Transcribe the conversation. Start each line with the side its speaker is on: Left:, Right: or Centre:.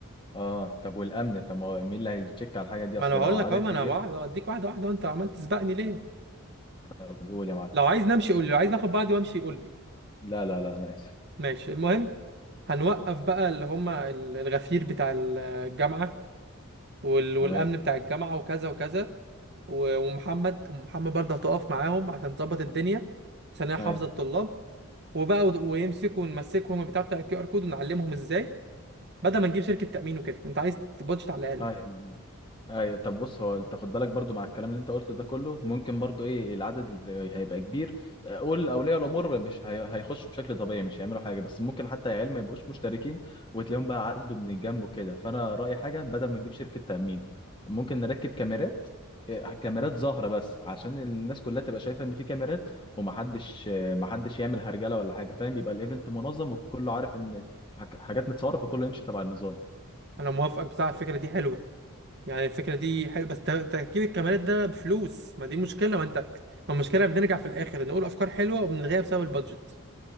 Left: اه طب والامن طب ما هو مين اللي هيتشيك على الحاجه دي
Right: ما
Left: اصل
Right: انا بقول
Left: لو عدد
Right: لك اهو
Left: كبير
Right: ما انا واحد اوديك واحده واحده وانت عمال تسبقني ليه
Left: طب قول يا معلم
Right: لو عايز نمشي قول لي لو عايز ناخد بعضي وامشي قول لي
Left: لا لا لا انا اسف
Right: ماشي المهم هنوقف بقى اللي هم الغفير بتاع الجامعه وال... والامن
Left: تمام
Right: بتاع الجامعه وكذا وكذا و... ومحمد ومحمد برضه هتقف معاهم عشان تظبط الدنيا عشان هي حافظه
Left: أيوة.
Right: الطلاب وبقى ود- ويمسكوا ونمسكهم البتاع بتاع الكيو ار كود ونعلمهم ازاي بدل ما نجيب شركه تامين وكده انت عايز بادجت على الاقل
Left: ايوه ايوه طب بص هو انت خد بالك برضو مع الكلام اللي انت قلته ده كله ممكن برضو ايه العدد هيبقى كبير قول اولياء الامور مش هي- هيخشوا بشكل طبيعي مش هيعملوا حاجه بس ممكن حتى العيال ما يبقوش مشتركين وتلاقيهم بقى عدوا من الجنب وكده فانا رايي حاجه بدل ما نجيب شركه تامين ممكن نركب كاميرات إيه، كاميرات ظاهره بس عشان الناس كلها تبقى شايفه ان في كاميرات ومحدش آه، محدش يعمل هرجله ولا حاجه فاهم يبقى الايفنت منظم وكله عارف ان الحاجات متصوره فكله يمشي تبع النظام
Right: انا موافقك بصراحه الفكره دي حلوه يعني الفكره دي حلوه بس ت- تركيب الكاميرات ده بفلوس ما دي مشكله ما انت ما المشكله بنرجع في الاخر نقول افكار حلوه وبنلغيها بسبب البادجت